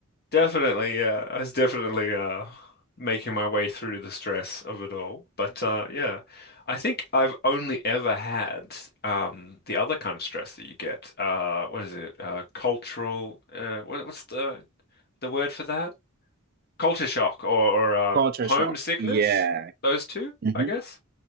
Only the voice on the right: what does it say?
Culture
shock. Yeah.
hmm